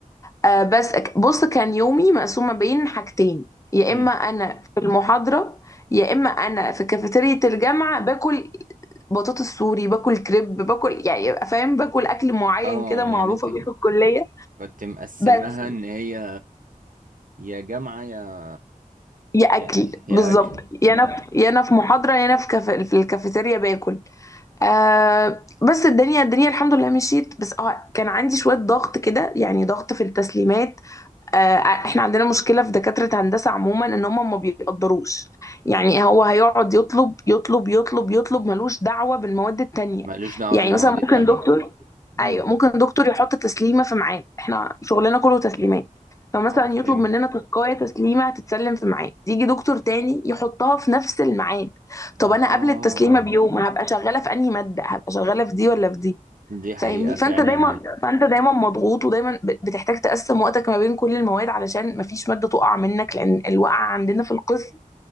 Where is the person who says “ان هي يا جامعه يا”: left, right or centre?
Right